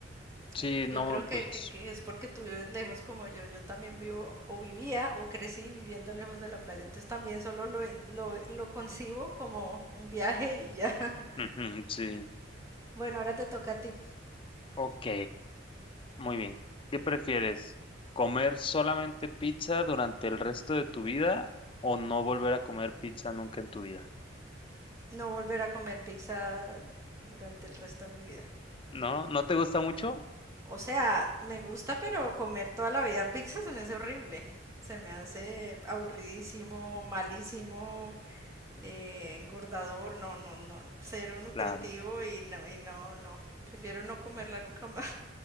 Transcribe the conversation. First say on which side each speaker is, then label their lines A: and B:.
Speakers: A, on the left; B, on the right.
A: Sí,
B: Eh,
A: no,
B: Yo creo que,
A: pues,
B: que- que es porque tú vives lejos como yo. Yo también vivo o vivía o crecí viviendo lejos de la playa. Entonces también solo lo, in- lo, lo concibo como un viaje y ya. <laughs>
A: ujú, sí.
B: Bueno, ahora te toca a ti.
A: Ok, muy bien. ¿Qué prefieres? ¿Comer solamente pizza durante el resto de tu vida o no volver a comer pizza nunca en tu vida?
B: No volver a comer pizza durante el resto de mi vida.
A: ¿No? ¿No te gusta mucho?
B: O sea, me gusta, pero comer toda la vida pizza se me hace horrible. Se me hace aburridísimo, malísimo, eh, engordador, no, no, no, cero nutritivo
A: Claro.
B: y no, y no, no. Prefiero no comerla nunca más.